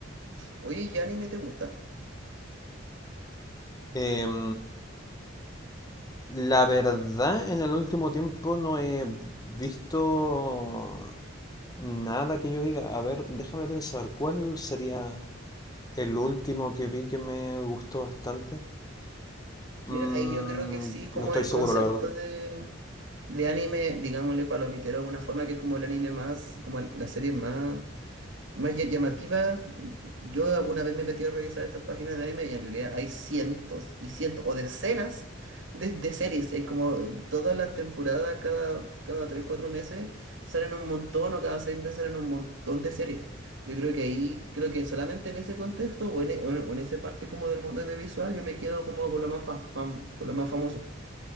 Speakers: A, on the right (about 65°); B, on the left (about 20°).
A: Oye, ¿y anime te gusta?
B: Em, la verdad, en el último tiempo no he visto nada que yo diga. A ver, déjame pensar, ¿cuál sería? El último que vi que me gustó bastante. mm,
A: Mira, ahí yo creo que sí, como
B: no estoy
A: el
B: seguro,
A: concepto
B: la verdad.
A: de, de anime, digámosle palomitero de alguna forma, que es como el anime más, como el- la serie más más ll- llamativas, yo alguna vez me he metido a revisar estas páginas de anime y en realidad hay cientos y cientos o decenas de, de series. Hay como eh, todas las temporadas, cada, cada 3 4 meses salen un montón o cada 6 meses salen un montón de series. Yo creo que ahí, creo que solamente en ese contexto o en, e- o en- o en esa parte como del mundo audiovisual yo me quedo como con lo más, fa- fam- con lo más famoso.